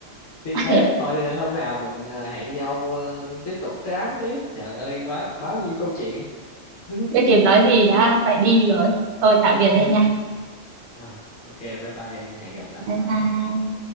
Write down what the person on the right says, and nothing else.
<laughs> Ok,
chưa kịp nói gì đã phải đi rồi thôi tạm biệt
anh nha
bye
bye